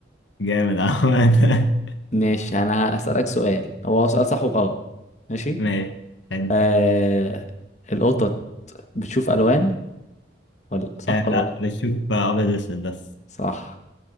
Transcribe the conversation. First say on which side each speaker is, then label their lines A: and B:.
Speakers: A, on the left; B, on the left.
A: جامد عمد
B: ماشي أنا هسألك سؤال هو سؤال صح وغلط ماشي
A: <laughs> ماشي حلو
B: أه القطط بتشوف ألوان ولا صح
A: آه لا
B: ولا غلط
A: بشوف ابيض واسود بس
B: صح